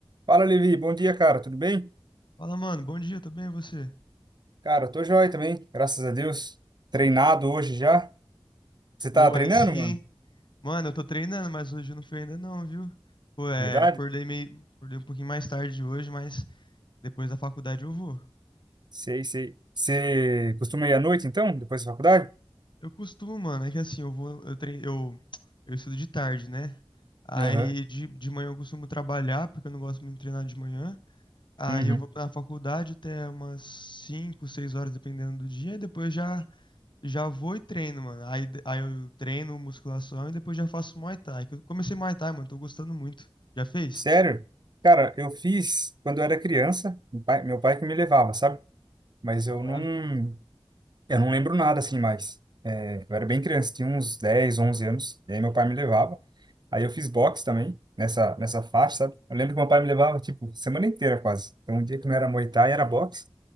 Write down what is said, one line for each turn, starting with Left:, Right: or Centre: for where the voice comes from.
Right: Fala, Levi. Bom dia, cara. Tudo bem?
Left: Fala, mano, bom dia, tudo bem e você?
Right: Cara, eu tô joia também, graças a Deus. Treinado hoje já. Você tá
Left: Pô,
Right: treinando,
Left: aí sim,
Right: mano?
Left: hein? Mano, eu tô treinando, mas hoje eu não fui ainda não, viu? Pô, é,
Right: Verdade?
Left: acordei meio, acordei um pouquinho mais tarde hoje, mas depois da faculdade eu vou.
Right: Sei, sei. Você costuma ir à noite, então, depois da faculdade?
Left: Eu costumo, mano, é que assim, eu vou, eu treino, eu, eu estudo de tarde, né? Aí
Right: Aham.
Left: de, de manhã eu costumo trabalhar, porque eu não gosto muito de treinar de manhã. Aí
Right: Uhum.
Left: eu vou na faculdade até umas 5, 6 horas, dependendo do dia, e depois já Já vou e treino, mano. Aí, aí eu treino musculação e depois já faço Muay Thai. Que eu comecei Muay Thai, mano. Tô gostando muito. Já fez?
Right: Sério? Cara, eu fiz quando eu era criança, meu pai, meu pai que me levava, sabe? Mas eu
Left: Aham.
Right: não, Eu não lembro nada assim mais. É, eu era bem criança, tinha uns 10, 11 anos, e aí meu pai me levava. Aí eu fiz boxe também, nessa, nessa faixa, sabe? Eu lembro que meu pai me levava, tipo, semana inteira quase. Então, um dia que não era Muay Thai, era boxe.